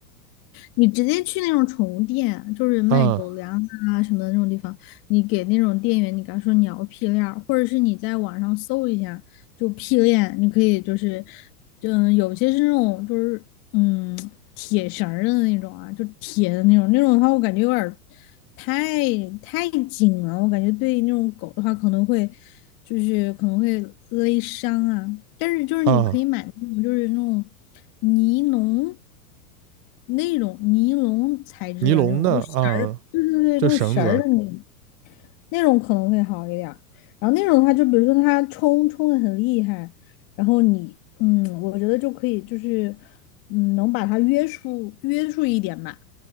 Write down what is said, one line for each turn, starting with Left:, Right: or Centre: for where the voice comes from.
Left: 你直接去那种宠物店，就是卖狗粮啊什么的那种地方，
Right: 啊
Left: 你给那种店员，你跟他说你要屁链儿，或者是你在网上搜一下，就屁链，你可以就是，嗯，有些是那种就是。嗯，铁绳儿的那种啊，就铁的那种，那种的话我感觉有点儿太太紧了，我感觉对那种狗的话可能会就是可能会勒伤啊。但是就是你可以买那种就是那种尼龙
Right: 啊，
Left: 那种尼龙材质的那种，
Right: 尼龙的啊，
Left: 就是绳儿，对对对，
Right: 就绳子。
Left: 那种绳儿的那种。那种可能会好一点然后那种的话，就比如说他冲冲的很厉害，然后你，嗯，我觉得就可以，就是，嗯，能把它约束约束一点吧。